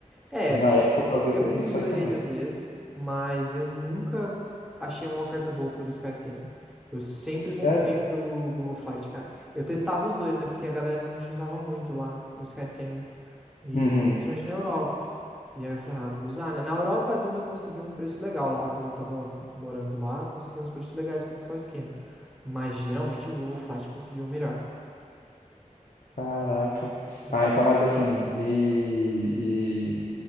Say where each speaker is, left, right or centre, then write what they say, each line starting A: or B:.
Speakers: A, in the centre; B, on the left (about 80°).
A: É,
B: E na época eu paguei
A: eu
B: isso
A: uso
B: isso aí
A: ele
B: também.
A: às vezes, mas eu nunca achei uma oferta boa pelo Sky Scanner. Eu sempre
B: Sério?
A: comprei pelo Google Flight, cara. Eu testava os dois, né? Porque a galera realmente usava muito lá o Sky Scanner. E
B: Uhum.
A: principalmente na Europa. E aí eu falei, ah, vou usar, né? Na Europa, às vezes, eu conseguia um preço legal lá. Quando eu tava morando lá, eu conseguia uns preços legais pelo Sky Scanner. Mas geralmente o Google Flight conseguia o melhor.
B: Caraca.
A: Uhum.
B: Ah, então, mas assim, e, e